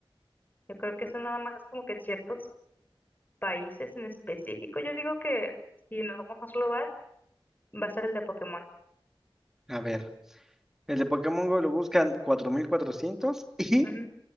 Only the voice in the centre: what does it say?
A ver. El de Pokémon Go lo buscan cuatro mil cuatrocientos <laughs> y